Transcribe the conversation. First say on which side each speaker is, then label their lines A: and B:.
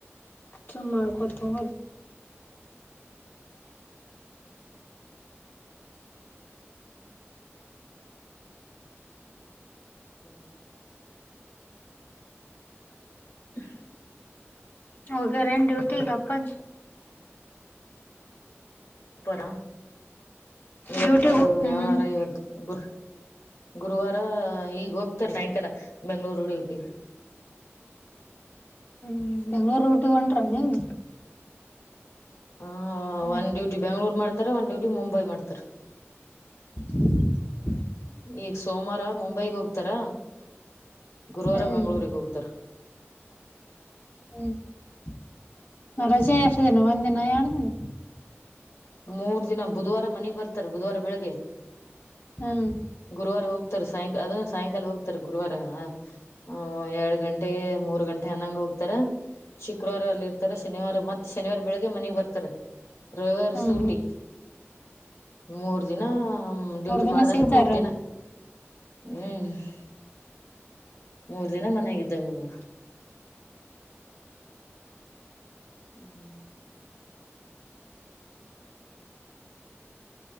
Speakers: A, on the left; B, on the left.
A: ಅಷ್ಟ ಮಾಡ್ಕೊಂತಹೋಗ್ರಿ.
B: ಹ್ಮ್. ಹ
A: ಹೋಗ್ಯಾರ ಏನ್ ಡ್ಯೂಟಿಗೆ ಅಪ್ಪಾಜಿ
B: ಅಪಾರ ಇವತ್ತು
A: ಡ್ಯೂಟಿಗ್ ಹ್ಮ್
B: ಯಾವಾರ ಇವತ್ ಗು ಗುರುವಾರ ಈಗ ಹೋಗ್ ನಕಲ್ಲ ಬೆಂಗಳೂರು ಹುಡುಗಿ
A: ಹ್ಮ್ ಬೆಂಗಳೂರು ರೂಟ್ ಗೆ ಹೊಂಟ್ರ ನೀವು
B: ಹ
A: ಹ್ಮ್
B: ಒಂದ್ ಡ್ಯೂಟಿ ಬಬೆಂಗಳೂರು ಮಾಡ್ತಾರ ಒಂದ್ ಡ್ಯೂಟಿ ಮುಂಬೈ ಮಾಡ್ತಾರ
A: ಹ್ಮ್
B: ಈಗ ಸೋಮವಾರ ಮುಂಬೈಗ್ ಹೋಗ್ತಾರ. ಗುರುವಾರ
A: ಹ್ಮ್
B: ಬೆಂಗಳೂರಿಗೆ ಉತ್ತರ.
A: ಹ್ಮ್ ರಜೆ ಎಷ್ಟ ದಿನ ಒಂದಿನ ಎಡ ದಿನ.
B: ಮೂರ್ ದಿನ ಬುಧವಾರ ಮನೆಗ್ ಬರ್ತಾರ ಬುಧವಾರ ಬೆಳಗ್ಗೆ.
A: ಹ್ಮ್
B: ಗುರುವಾರ ಹೋಗ್ತಾರೆ ಸಾಯಂಕಾಲ ಅದನ್ನ ಸಾಯಂಕಾಲ ಹೋಗ್ತಾರ ಗುರುವಾರ ಹ ಹ ಎರಡ್ ಗಂಟೆ ಮೂರ್ ಗಂಟೆ ಅನ್ನಂಗ್ ಹೋಗ್ತಾರ ಶುಕ್ರವಾರ ಅಲ್ಲಿ ಇರ್ತಾರೆ ಶನಿವಾರ ಮತ್ತೆ. ಶನಿವಾರ ಬೆಳಿಗ್ಗೆ ಮನಿಗ್ ಬರ್ತಾರ. ರವಿವಾರ
A: ಹಾ
B: ಸೂಟಿ
A: ಹಾ.
B: ಮೂರ್ ದಿನ ಡ್ಯೂಟಿ
A: ಮೂರ್ ದಿನ
B: ಮಾಡ್ದಂಗ
A: ಸಿಗ್ತಾರ?
B: ಮೂರ್ ದಿನ. ಹ್ಮ್ <inaudible> ಮೂರ್ ದಿನ ಮನಾಗಿದ್ದಂಗ ನೋಡ. ಹ್ಮ್.